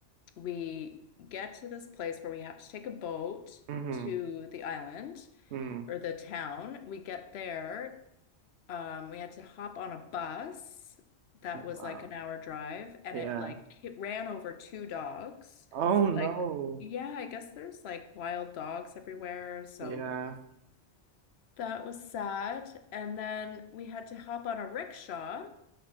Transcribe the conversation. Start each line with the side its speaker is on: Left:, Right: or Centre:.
Left: We get to this place where we have to take a boat
Right: hmm
Left: to the island
Right: hmm
Left: or the town. We get there. Um, we had to hop on a bus that was
Right: Wow.
Left: like an hour drive, and
Right: Yeah.
Left: it like it ran over two dogs.
Right: Oh no.
Left: Like, yeah, I guess there's like wild dogs everywhere. So
Right: Yeah.
Left: that was sad. And then we had to hop on a rickshaw